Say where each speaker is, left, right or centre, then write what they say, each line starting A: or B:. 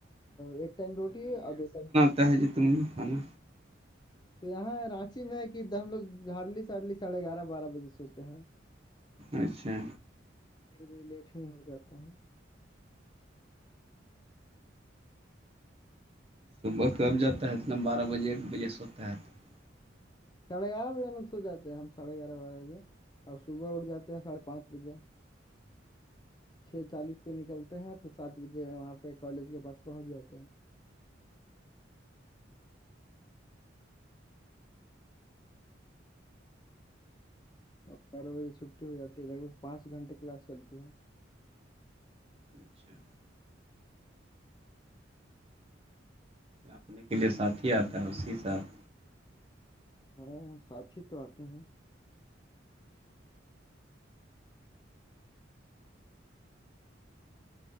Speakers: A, on the left; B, on the right.
A: ایک ٹائم روٹی اور دو ٹائم
B: تا ہے جو تم یہ فانہ
A: تو یہاں رانچی میں ہے کہ ہم لوگ ہارلی سارلی ساڑھے گیارہ بارہ بجے سوتے ہیں
B: اچھا
A: پھر بھی لیٹ ہی ہو جا ہوں
B: صبح کب جاتا ہے اتنا بارہ بجے ایک بجے سوتا ہے تو
A: ساھے گیارہ بجے لگ سو جاتے ہم سڑھے گیارہ بجےجے اور صبح اٹھ جاتے ہیں ساڑھے پانچ بجے چھ چالیس پہ نکلتے ہیں تو سات بجے وہاں پہ کالج کے پاس پہنچ جاتے ہیں بارہ بجے چھٹی ہو جی ہے ل بھگ پانچ گھنٹے کلاس چلتی ہے
B: اچھا آاننے کے لیے ساتھ ہی آتا ہے اسی ساتھ
A: ہاں سچ ہی تو آتے ہیں